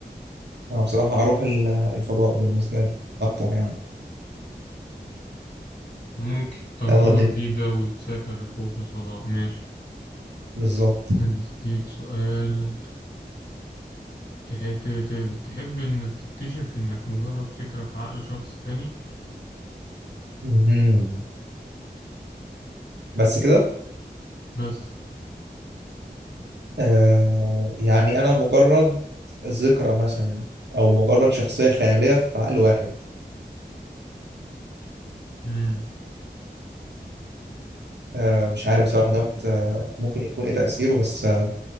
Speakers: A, on the right; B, on the left.
A: أنا بصراحة أروح ال- الفضاء بالنسبة لي أكتر يعني
B: ممكن تجربة
A: يلا الدنيا
B: جديدة وتسافر فوق في الفضاء ماشي
A: بالظبط
B: هديك سؤال تح- ت- ت- تحب إنك تكتشف إنك مجرد فكرة في عقل شخص تاني
A: مم. بس كده
B: بس
A: آه يعني أنا مجرد ذكرى مثلا أو مجرد شخصية خيالية في عقل واحد
B: مم.
A: آه مش عارف بصراحة دوت آه، ممكن يكون إيه تأثيره بس آه